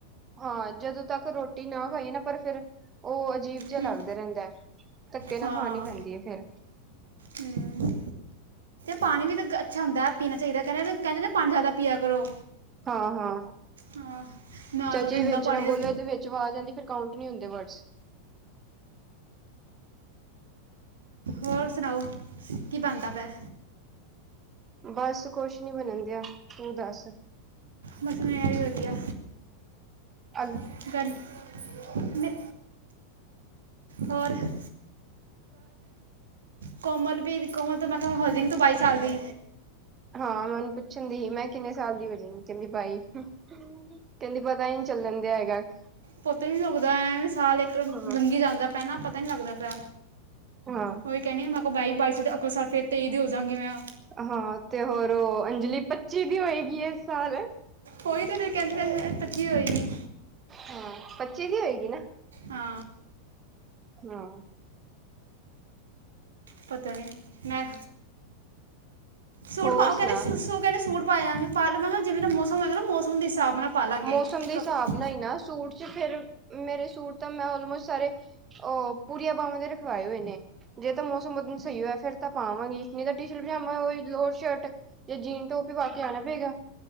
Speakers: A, on the right (about 25°); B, on the right (about 65°).
A: ਹਾਂ ਜਦੋਂ ਤੱਕ ਰੋਟੀ ਨਾ ਖਾਈਏ ਨਾ ਪਰ ਫਿਰ ਉਹ ਅਜੀਬ ਜਿਹਾ
B: ਹੂੰ
A: ਲੱਗਦਾ ਰਹਿੰਦਾ, ਧੱਕੇ ਨਾ
B: ਹਾਂ
A: ਖਾਨੀ ਪੈਂਦੀ ਹੈ ਫੇਰ।
B: ਹੂੰ। ਪਾਨੀ ਵੀ ਤਾਂ ਅੱਛਾ ਹੁੰਦਾ ਪੀਨਾ ਚਾਹੀਦਾ, ਕਹਿੰਦੇ, ਕਹਿੰਦੇ ਪਾਨੀ ਜ਼ਿਆਦਾ ਪਿਆ ਕਰੋ।
A: ਹਾਂ-ਹਾਂ,
B: ਹਾਂ ਮੈਂ
A: ਚਾਚੀ
B: ਤਾਂ ਇੰਨਾ
A: ਵਿੱਚ
B: ਪਾਣੀ
A: ਨਾ ਬੋਲੋ ਇਹਦੇ ਵਿੱਚ ਆ ਜਾਂਦੀ ਫਿਰ ਕੌਣ ਨਹੀਂ ਹੁੰਦੇ ਵਰਡਸ
B: ਹੋਰ ਸੁਨਾਓ ਕੀ ਬਨਦਾ ਪਿਆ?
A: ਬਸ ਕੁਛ ਨੀ ਬਨਨ ਦਿਆ, ਤੂੰ ਦੱਸ।
B: ਬਸ ਮੈਂ ਵੀ ਵਧੀਆ।
A: ਐਲ
B: <unintelligible> ਮੈਂ ਹੋਰ? <unintelligible> ਕੋਮਲ ਵੀ, ਕੋਮਲ ਤੋਂ ਮੈਂ ਕਿਹਾ ਹੋ ਜੇਂਗੀ ਤੂੰ ਬਾਈ ਸਾਲ ਦੀ।
A: ਹਾਂ ਮੈਂ ਉਹਨੂੰ ਪੁੱਛਣ ਦੀ ਸੀ, ਮੈਂ ਕਿੰਨੇ ਸਾਲ ਦੀ ਹੋ ਜੇਂਗੀ? ਕਹਿੰਦੀ ਬਾਈ, ਕਹਿੰਦੀ ਪਤਾ ਹੀ ਨਹੀ ਚੱਲਨ। <unintelligible>
B: ਪਤਾ ਹੀ ਨੀ ਲੱਗਦਾ, ਐਨ ਸਾਲ ਇੱਕ
A: ਹਾਂ
B: ਲੰਗੀ ਜਾਂਦਾ ਪਿਆ ਨਾ ਪਤਾ ਨੀ ਲੱਗਦਾ ਪਿਆ।
A: ਹਾਂ
B: ਉਹੀ ਕਹਿਨੀ ਮੈਂ ਕਿਹਾ ਬਾਈ-ਬਾਈ, ਅਗਲੇ ਸਾਲ ਫਿਰ ਤੇਈ ਦੀ ਹੋ ਜਾਾਂਗੀ ਮੈਂ।
A: ਹਾਂ, ਤੇ ਹੋਰ ਉਹ ਅੰਜਲੀ ਪੱਚੀ ਵੀ ਹੋਏਗੀ ਇਸ ਸਾਲ।
B: ਉਈ ਤੇਰੇ ਕਹਿੰਦੇ ਇਹ ਪਰਚੀ ਹੋਈਗੀ।
A: ਹਾਂ ਪੱਚੀ ਦੀ ਹੋਏਗੀ ਨਾ?
B: ਹਾ।
A: ਹਾਂ।
B: ਪਤਾ ਨੀ, ਮੈਂ ਸੂਟ
A: ਹੋਰ
B: ਪਾਓ, ਕਹਿੰਦੇ
A: ਸੁਣਾ
B: <unintelligible> ਕਹਿੰਦੇ ਸੂਟ ਪਾਏ ਆਂਗੇ, ਪਾ ਲੋ, ਮੈਂ ਜਿਵੇਂ ਦਾਂ ਮੌਸਮ ਹੋਏਗਾ ਨਾ ਮੌਸਮ ਦੇ ਹਿਸਾਬ ਨਾਲ ਪਾ ਲਾਂਗੇ
A: ਮੌਸਮ ਦੇ
B: ਕੱਪ
A: ਹਿਸਾਬ ਨਾਲ ਹੀ ਨਾ ਸੂਟ ਫੇਰ ਮੇਰੇ ਸੂਟ ਤਾਂ ਮੈਂ ਉਲਮੋਸਟ ਸਾਰੇ ਉਹ ਪੂਰੀਆਂ ਬਾਵਾਂ ਦੇ ਰਖਵਾਏ ਹੋਏ ਨੇ। ਜੇ ਤਾਂ ਮੌਸਮ ਉਹਦਨ ਸਹੀ ਹੋਇਆ ਫੇਰ ਤਾਂ ਪਾ ਆਵਾਂਗੀ, ਨਹੀਂ ਤਾਂ ਟੀ ਸ਼ਰਟ ਪਜਾਮਾ ਹੋਈ ਲੋਟ ਸ਼ਰਟ ਯਾ ਜੀਨ ਟੋਪ ਪਾ ਕੇ ਆਨਾ ਪਏਗਾ।